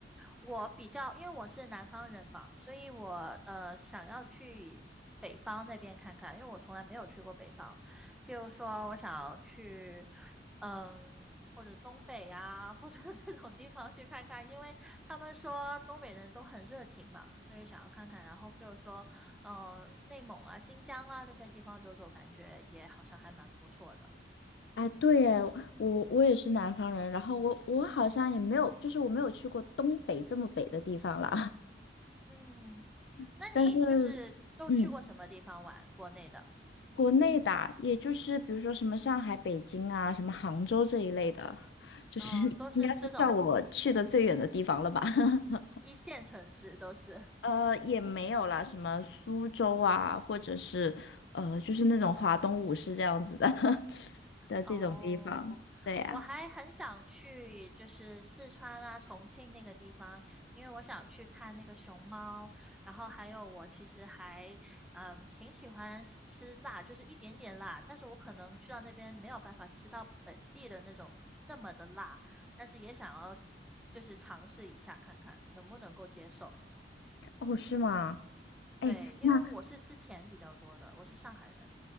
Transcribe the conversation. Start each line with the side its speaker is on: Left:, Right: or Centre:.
Centre: 我比较，因为我是南方人嘛，所以我呃想要去北方那边看看，因为我从来没有去过北方。譬如说，我想要去，嗯，或者东北呀，或者 <laughs> 这种地方去看看，因为他们说东北人都很热情嘛，所以想要看看。然后譬如说，嗯、内蒙啊、新疆啊那些地方走走，感觉也好像还蛮不错的。
Left: 哎，对哎，我我也是南方人，然后我我好像也没有，就是我没有去过东北这么北的地方了，
Centre: 嗯，
Left: <laughs>
Centre: 那你就是都去过什么地方玩？
Left: 但是嗯，
Centre: 国内的？
Left: 国内的啊，也就是比如说什么上海、北京啊，什么杭州这一类的，就是应该是算我去的最远的地方了吧？
Centre: 哦，都是这种
Left: <laughs>
Centre: 一线城市都是。<laughs>
Left: 呃，也没有啦，什么苏州啊，或者是呃，就是那种华东五市这样子的 <laughs> 的这种地方。
Centre: 哦，
Left: 对呀、
Centre: 我还很想去，就是四川啊、重庆那个地方，因为我想去看那个熊猫。然后还有，我其实还嗯挺喜欢吃吃辣，就是一点点辣，但是我可能去到那边没有办法吃到本地的那种那么的辣，但是也想要就是尝试一下看看能不能够接受。
Left: 哦，是吗？哎，
Centre: 对，因为我是吃甜比较多的，
Left: 那
Centre: 我是上海人。